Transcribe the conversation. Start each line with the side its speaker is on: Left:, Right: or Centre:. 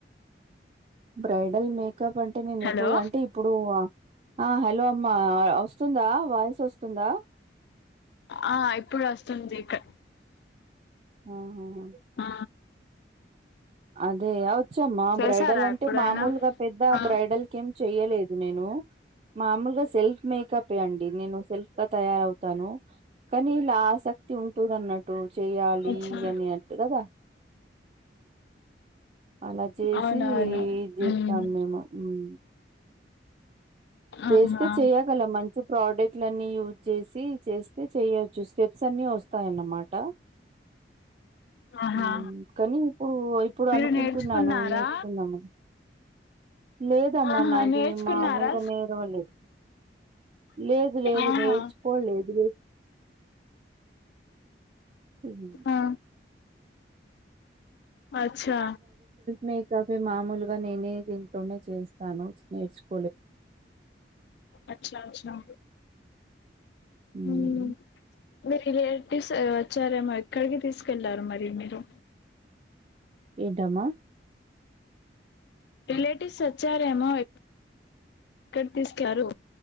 Right: బ్రైడల్ మేకప్ అంటే నేను
Left: హలో
Right: ఇప్పుడు అంటే ఇప్పుడు ఆ హలో అమ్మా వస్తుందా వాయిస్ వస్తుందా
Left: ఆ ఇప్పుడు వస్తుంది ఇక్క
Right: ఆహ
Left: ఆ
Right: అదే అవత్ వచ్చమ్మా
Left: చేసారా
Right: బ్రైడల్ అంటే
Left: ఎప్పుడైనా
Right: మామూలుగా పెద్ద
Left: ఆ
Right: బ్రైడల్ క ఏం చెయ్యలేదు నేను మామూలుగా సెల్ఫ్ మేకప్ ఏ అండి నేను సెల్ఫ్ గా తయారవు తాను కానీ ఇలా ఆసక్తి ఉంటుందన్నట్టు చెయ్యాలీ
Left: అచ్చా
Right: అన్ని అటు కదా అలా చేసి
Left: అవునవును
Right: ఇది చేస్తాము
Left: ఉమ్
Right: మేము ఉమ్ చేస్తే
Left: ఆహా
Right: చెయ్యగలం మంచి ప్రోడక్ట్లు అన్నీ యూజ్ చేసి చేస్తే చెయ్య కొంచు స్టెప్స్ అన్ని వస్తాయి అన్నమాట
Left: ఆహా
Right: ఉమ్ కానీ ఇప్పుడు ఇప్పుడు
Left: మీరు
Right: అనుకుంటున్నాను
Left: నేర్చుకున్నారా
Right: నేర్చుకుందామని లేదమ్మా
Left: ఆహా
Right: నాది
Left: నేర్చుకున్నారా
Right: మా ముందుగానే విలువలు లెవు లేదు లేదు
Left: ఆహా
Right: నేర్చుకోలేదు లేదు హమ్
Left: ఆ అచ్చా
Right: మేకపే మామూలుగా నేనే దీంట్లోనే చేస్తాను నేర్చుకును
Left: అచ్చా అచ్చా
Right: అమ్
Left: ఉమ్ మీ రిలేటివ్స్ వచ్చారేమో ఎక్కడికి తీసుకెళ్లారు మరి మీరు
Right: ఏంటమ్మా
Left: రిలేటివ్స్ వచ్చారేమో ఎక్కడకి తీసుకు క్యాల్యారు.